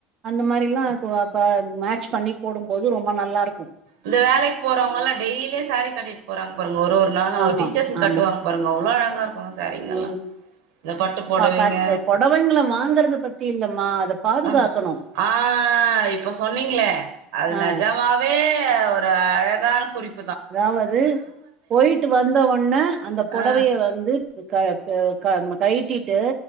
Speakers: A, on the right; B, on the right.
A: அந்த மாரில்லா அப்போ அப்ப மேட்ச் பண்ணி போடும்போது ரொம்ப நல்லாருக்கும்
B: இந்த வேலைக்கு போறவுங்கல்லா டெய்லி சாரி கட்டிட்டு போறாங்க பாருங்க ஒரு ஒரு நாளு
A: ஆமா
B: டீச்சர்ஸ்க கட்டு
A: ஆமா
B: வாங்க பாருங்க அவ்ளோ அழகா இருக்குங்க சாரிங்கல்லா
A: ம்
B: இந்த பட்டு பொடவீங்க
A: பா காட் புடவைங்கள வாங்கறத பத்தி இல்லம்மா அத பாதுகாக்கணு
B: அஹ ஆஹ் இப்போ சொன்னீங்களே அது
A: ஆ
B: நெஜாமாவே ஒரு அழகான குறிப்
A: அதாவது போயிட்டு வந்தவோடன அந்த பொடவய
B: ஆ
A: வந்து பு கழ ப்பு கழ கழ்டிட்டு